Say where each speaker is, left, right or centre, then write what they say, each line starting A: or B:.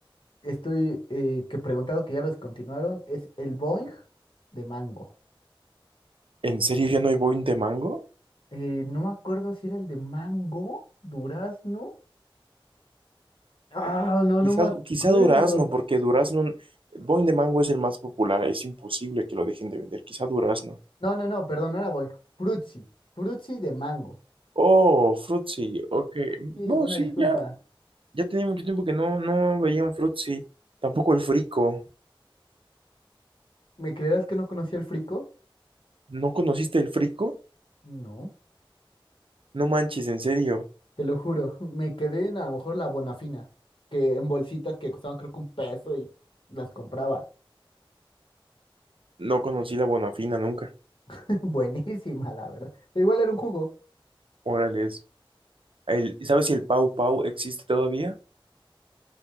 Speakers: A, on the left; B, on the right.
A: estoy eh, que he preguntado que ya lo descontinuaron, es el Boing de mango.
B: ¿En serio ya no hay Boing de mango?
A: Eh, no me acuerdo si era el de mango, durazno. Ah, no,
B: Quizá,
A: no me acuerdo.
B: quizá durazno, porque durazno, Boing de mango es el más popular, es imposible que lo dejen de vender, quizá durazno.
A: No, no, no, perdón, no era Boing. Frutzi, Frutzi de mango.
B: Oh, Fruitsy, ok.
A: Sí,
B: No,
A: una
B: sí,
A: disculpa.
B: ya, ya tenía mucho tiempo que no, no veía un Fruitsy, tampoco el Frico.
A: ¿Me creerás que no conocía el frico?
B: ¿No conociste el Frico?
A: No.
B: No manches, en serio.
A: Te lo juro, <laughs> me quedé en a lo mejor la Bonafina, que en bolsitas que costaban creo que un peso y las compraba.
B: No conocí la Bonafina nunca.
A: <laughs> Buenísima, la verdad. Igual era un jugo.
B: Órale. El, ¿sabes si el Pau Pau existe todavía?